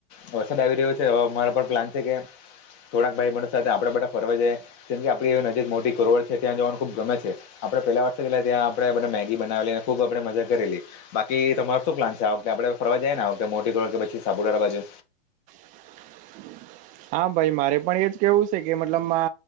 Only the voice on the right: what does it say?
હમ હા ભાઈ મારે પણ એ જ કેવું છે કે મતલબ આ